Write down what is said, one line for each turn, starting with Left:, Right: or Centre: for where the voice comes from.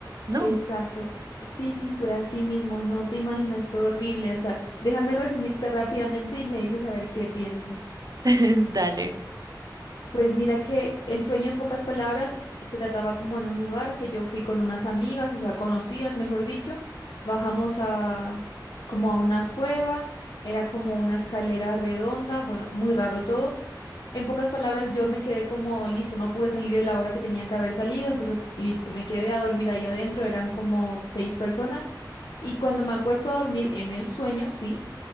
Right: No,
Left: Exacto. Sí, sí, fue así mismo. No te imaginas, fue horrible. O sea, déjame resumirte rápidamente y me dices a ver qué piensas.
Right: <laughs> dale.
Left: Pues mira que el sueño en pocas palabras se trataba como en un lugar que yo fui con unas amigas, o sea, conocidas, mejor dicho, bajamos a como a una cueva, era como una escalera redonda, bueno, muy raro todo. En pocas palabras yo me quedé como listo, no pude salir a la hora que tenía que haber salido, entonces listo, me quedé a dormir ahí adentro, eran como seis personas y cuando me acuesto a dormir en el sueño, sí